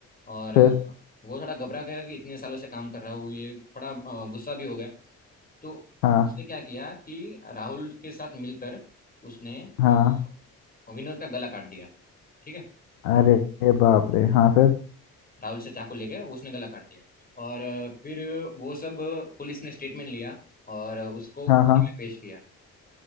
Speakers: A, on the left; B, on the left.
A: और अ,
B: फिर
A: वो थोड़ा घबरा गया कि इतने सालों से काम कर रहा हूँ ये थोड़ा अ, गुस्सा भी हो गया तो
B: हाँ
A: उसने क्या किया कि राहुल के साथ मिलकर उसने
B: हाँ
A: अ, विनोद का गला काट दिया ठीक है
B: अरे बाप रे हाँ फिर
A: राहुल से चाकू लेके उसने गला काट दिया और अ, फिर वो सब पुलिस ने स्टेटमेंट लिया और उसको
B: हाँ
A: कोर्ट
B: हाँ
A: में पेश किया